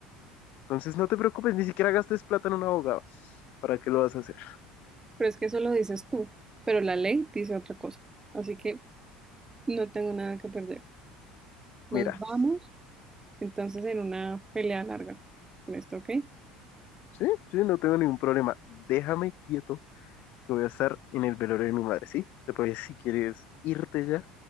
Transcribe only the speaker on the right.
Pero es que eso lo dices tú, pero la ley dice otra cosa. Así que no tengo nada que perder. Nos
vamos entonces en una pelea larga con esto, ¿ok?